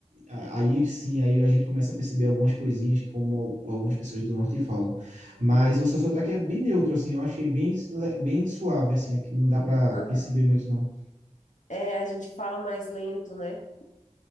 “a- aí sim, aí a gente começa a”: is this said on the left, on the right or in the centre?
Right